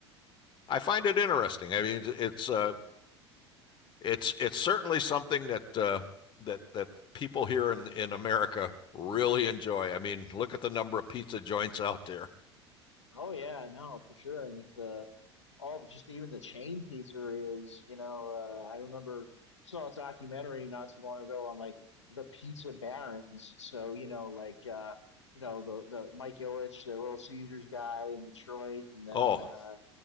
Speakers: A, on the left; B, on the left.
A: I find it interesting. I mean, it's uh, it's it's certainly something that uh, that that people here in in America really enjoy. I mean, look at the number of pizza joints out there.
B: Oh yeah, no, for sure. And like the all just even the chain pizzerias, you know, uh, I remember saw a documentary not too long ago on like the pizza barons. So, you know, like uh you know, the the Mike Ilitch, the Little Caesars guy in Detroit, and then
A: Oh,
B: uh